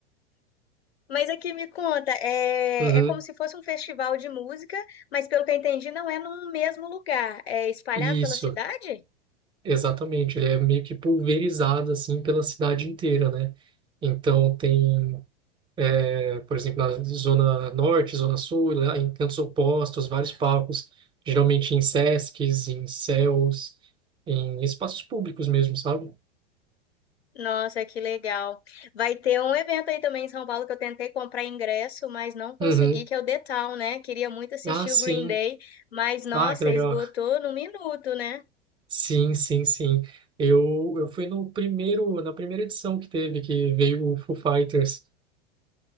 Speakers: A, on the left; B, on the right.
A: mas aqui me conta, é,
B: Uhum.
A: é como se fosse um festival de música, mas pelo que eu entendi, não é num mesmo lugar. É espalhado
B: Isso,
A: pela cidade?
B: exatamente. Ele é meio que pulverizado assim pela cidade inteira, né? Então tem, é, por exemplo, na zona norte, zona sul, lá em cantos opostos, vários palcos, geralmente em sescs, em CELs, em espaços públicos mesmo, sabe?
A: Nossa, que legal. Vai ter um evento aí também em São Paulo que eu tentei comprar ingresso, mas não consegui,
B: Uhum.
A: que é o The Town, né? Queria muito assistir
B: Ah, sim.
A: o Green Day, mas nossa,
B: Ah, que legal.
A: esgotou no minuto, né?
B: Sim, sim, sim. Eu, eu fui no primeiro, na primeira edição que teve, que veio o Foo Fighters.